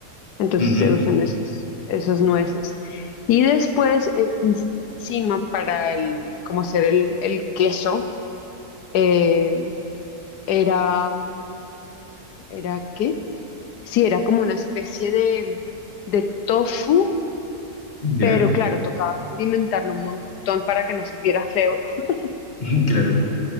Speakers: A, on the left; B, on the left.
A: entonces
B: ujú,
A: se usan esos, esos nueces. Y después, en- encima, para el, como hacer el, el queso, eh, era, ¿era qué? Sí, era como una especie de, de tofu,
B: Ya.
A: pero claro, tocaba condimentarlo un montón para que no supiera feo, <laughs>
B: <laughs> Claro.